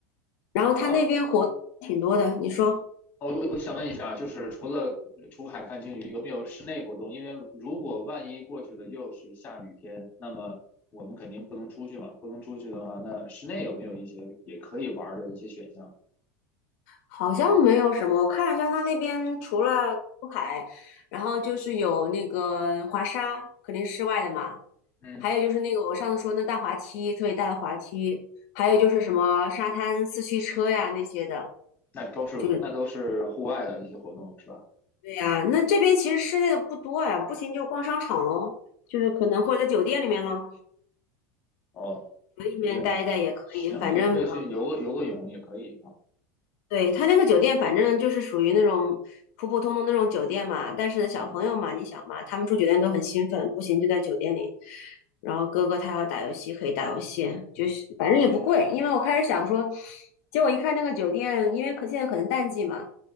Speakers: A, on the left; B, on the left.
A: 然后他那边活动挺多的，
B: 然后
A: 你说。
B: 哦，我我想问一下，就是除了出海看鲸鱼，有没有室内活动？因为如果万一过去的又是下雨天，那么我们肯定不能出去嘛。不能出去的话，那室内有没有一些也可以玩儿的一些选项？
A: 好像没有什么，我看了一下，它那边除了出海，然后就是有那个滑沙，肯定是室外的嘛，
B: 嗯，
A: 还有就是那个我上次说那大滑梯，特别大的滑梯，还有就是什么沙滩四驱车呀那些的，
B: 那都是那都是户外的一些活动是吧？
A: 就是对呀，那这边其实室内的不多呀，不行就逛商场喽，就是可能或者在酒店里面咯，
B: 哦，
A: 酒店里面待一待也可以，
B: 我这样的，行，
A: 反正
B: 也可以去游个游个泳也可以啊。
A: 对，他那个酒店，反正就是属于那种普普通通那种酒店嘛。但是呢，小朋友嘛，
B: 嗯
A: 你想嘛，他们住酒店都很兴奋，不行就在酒店里。然后哥哥他要打游戏，可以打游戏，就是反正也不贵。因为我开始想说，结果一看那个酒店，因为可现在可能淡季嘛，